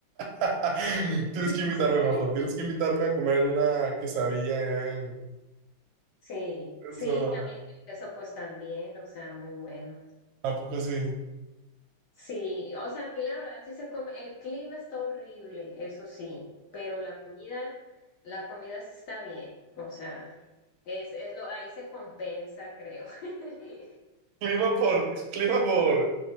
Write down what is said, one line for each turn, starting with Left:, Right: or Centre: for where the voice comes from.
Right: <laughs> Tienes
Left: <laughs>
Right: que invitarme, Majo. Tienes que invitarme a comer una quesadilla allá en,
Left: Sí, sí,
Right: en Sonora.
Left: también el queso pues también, o sea, muy bueno.
Right: ¿A poco sí?
Left: Sí, o sea, aquí la verdad sí se come, el clima está horrible, eso sí, pero la comida, la comida sí está bien, o sea, es, es lo, ahí se compensa, creo. <laughs>
Right: Clima por, clima por,